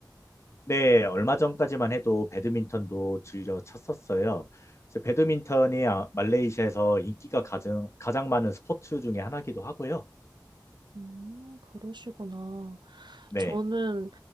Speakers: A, on the left; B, on the right.
A: 네, 얼마 전까지만 해도 배드민턴도 즐겨 쳤었어요. 그래서 배드민턴이 아- 말레이시아에서 인기가 가장, 가장 많은 스포츠 중에 하나기도 하고요.
B: 음, 그러시구나.
A: 네.
B: 저는